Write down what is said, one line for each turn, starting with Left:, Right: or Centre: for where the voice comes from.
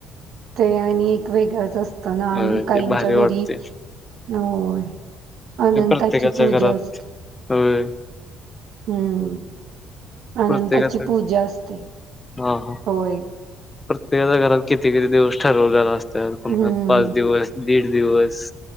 Right: ते आणि एक वेगळाच असता ना
Left: होय
Right: काहींच्या
Left: ते भारी वाटते
Right: घरी होय. अनंताची
Left: ते प्रत्येकाच्या
Right: पूजा
Left: घरात
Right: असते
Left: होय
Right: हम्म अनंताची
Left: प्रत्येकाच
Right: पूजा असते
Left: हा हा
Right: होय
Left: प्रत्येकाच्या घरात किती दिवस ठरवलेला अस तर कोणाचा
Right: हम्म
Left: पाच दिवस दीड दिवस